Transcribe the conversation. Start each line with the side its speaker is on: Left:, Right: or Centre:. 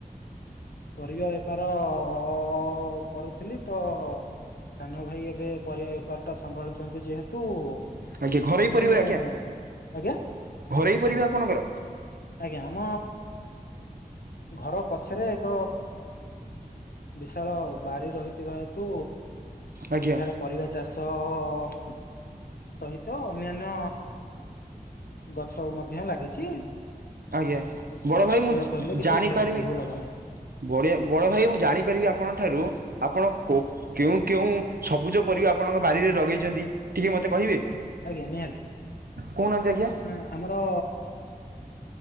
Left: ପରିବା ବେପାର ଅ କରୁଥିଲି ତ ସାନ ଭାଇ ଏବେ ପରିବା ବେପାର ଟା ସମ୍ଭାଳୁଛନ୍ତି ଯେହେତୁ ତୁ
Right: ଆଜ୍ଞା ଘରୋଇ
Left: ମୁଁ
Right: ପରିବା ଆଜ୍ଞା
Left: ଆଜ୍ଞା।
Right: ଘରୋଇ ପରିବା ଆପଣଙ୍କର
Left: ଆଜ୍ଞା ଆମ ଘର ପଛରେ ଏକ ବିଶାଳ ବାରି ରହିଥିବା ହେତୁ
Right: ଆଜ୍ଞା
Left: ସେଠାରେ ପରିବା ଚାଷ ତ ଅ ସହିତ ଅନ୍ୟାନ୍ୟ ଗଛ ମଧ୍ୟ ଲାଗିଚି
Right: ଆଜ୍ଞା ବଡ ଭାଇ ମୁଁ
Left: କହିଲେ କିଛି
Right: ଜାଣିପାରିବି
Left: ଭେ ଭୁଲ ହବ ନାହିଁ
Right: ବଢ଼ିଆ ବଡ ଭାଇ ମୁଁ ଜାଣିପାରିବି ଆପଣଙ୍କ ଠାରୁ ଆପଣ କୋ କେଉଁ କେଉଁ ସବୁଜ ପରିବା ଆପଣଙ୍କ ବାରିରେ ଲଗେଇଛନ୍ତି ଟିକେ ମତେ କହିବେ?
Left: ଆଜ୍ଞା ନିହାତି
Right: କହୁନାହାନ୍ତି ଆଜ୍ଞା।
Left: ହଁ ଆମର